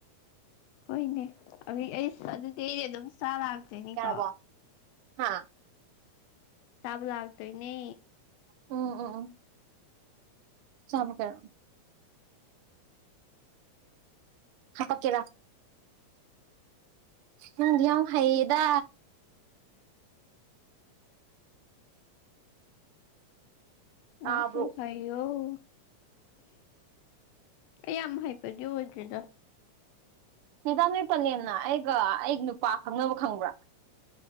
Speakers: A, on the left; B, on the right.
A: ꯍꯣꯏꯅꯦ ꯑꯗꯨ ꯑꯩꯁ ꯑꯗꯨꯗꯤ ꯑꯩꯗꯤ ꯑꯗꯨꯝ ꯆꯥ ꯂꯥꯛꯇꯣꯏꯅꯤꯀꯣ꯫
B: ꯌꯥꯔꯕꯣ ꯍꯥ
A: ꯆꯥꯕ ꯂꯥꯛꯇꯣꯏꯅꯦ꯫
B: ꯑꯣ ꯑꯣ ꯑꯣ <unintelligible> ꯍꯥꯄꯛ ꯀꯦꯔꯥ? ꯅꯪꯗꯤ ꯌꯥꯝ ꯍꯩꯌꯦꯗ꯫ ꯇꯥꯕ꯭ꯔꯣ
A: ꯅꯪꯁꯨ ꯍꯩ ꯑꯩ ꯌꯥꯝ ꯍꯩꯕꯗꯤ ꯑꯣꯏꯗ꯭ꯔꯤꯗ꯫
B: ꯅꯦꯗꯥ ꯅꯣꯏ ꯄꯂꯦꯝꯅ ꯑꯩꯒ ꯑꯩ ꯅꯨꯄꯥ ꯈꯪꯅꯕ ꯈꯪꯕ꯭ꯔꯥ?